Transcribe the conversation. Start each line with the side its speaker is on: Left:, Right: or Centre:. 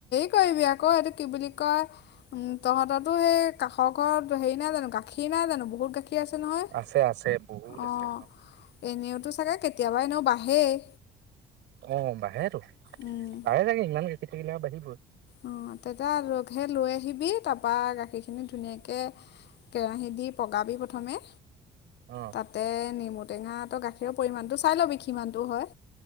Left: কি আকৌ আৰু কি বুলি কয় উ তহঁতো সেই কাষৰ ঘৰত হেই নাই জানো গাখীৰ নাই জানো ব মুৰ্গে নহয়
Right: আছে আছে বহুত
Left: অ
Right: আছে
Left: এনেওতো চাগে কেতিয়াবা এ ন বাঢ়েই
Right: অ বাহেটো
Left: উম,
Right: ভালে লাগে ইমানকে চিকিল থাকিলে বাকী?
Left: অঁ তেতিয়া লগ সেই লৈ আহিবি তাৰপৰা গাখীৰখিনি ধুনীয়াকৈ কেৰাহী দি পগাবি প্ৰথমে
Right: অ
Left: তাতে নেমু টেঙা তই গাখীৰৰ পৰিমমানটো চাই ল'বি কিমানতটো হয়